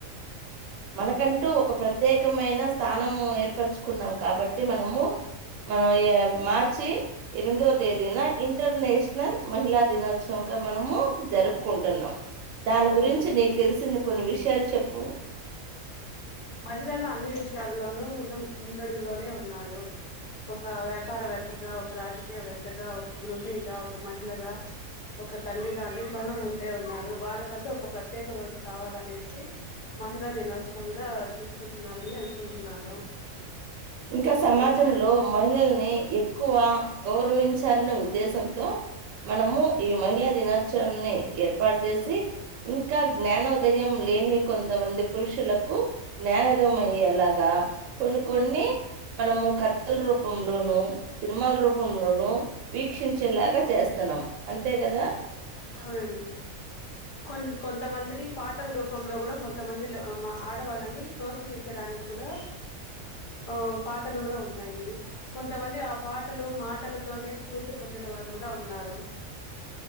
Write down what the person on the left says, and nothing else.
అవును
మహిళల్లో అన్ని విష యాలలోను ము ముందడుగులోనే ఉన్నారు ఒక వె వ్యాపారవేత్తగా ఒక రాజకీయవేత్త త్తగా ఒక గృహిణిగా ఒక మహిళగా ఒక తల్లిగా అన్నిట్లోనూ ముందే ఉన్నారు వాళ్ళకంటే ఒక ప్రత్యేక రోజు కావాలనేసి మహిళా దినోత్సవంగా చూసుకుంటున్నారని అనుకుంటున్నాను
ఇంకా
అవునండి కొ కొంతమందిని పాటల రూపంలో కూడా కొంతమంది ఆడవాళ్ళని ప్రోత్సహించడానికి కూడా ఆ పాటలు కూడా ఉన్నాయి కొంతమంది ఆ పాటలు మాటలతోనే స్ఫూర్తి పొందిన వారు కూడా ఉన్నారు